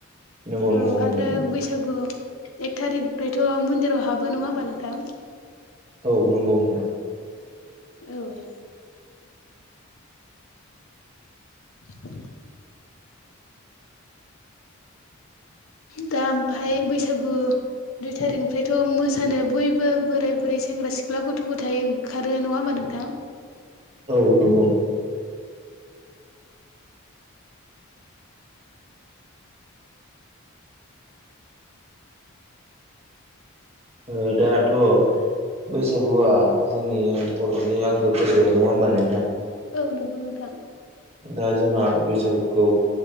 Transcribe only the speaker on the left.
औ
आरो
बैसागु एक थारिकनिफ्रायथ' मन्दिराव हाबो नङा होमबा नोंथां
औ <inaudible> दा ओमफ्राय बैसागु दुइ थारिखनिफ्रायथ' मोसानो बयबो बोराय बुरै सेंग्रा सिख्ला गथ' गथाय ओंखारो नङा होमबा नोंथां। थां
औ नंगौ नोंथां